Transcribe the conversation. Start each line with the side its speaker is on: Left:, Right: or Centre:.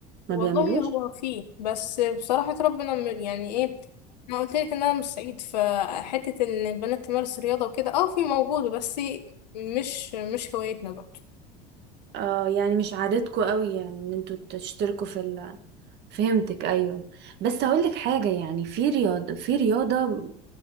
Left: والله
Right: ما بيعملوش
Left: هو فيه بس بصراحة ربنا م- يعني ايه انا قلت لك ان انا مش سعيد فحتة ان البنات تمارس رياضة وكده اه في موجود بس مش مش هوايتنا برضه
Right: اه يعني مش عادتكم قوي يعني ان انتوا تشتركوا في ال... فهمتك ايوه بس هقول لك حاجة يعني في رياضة في رياضة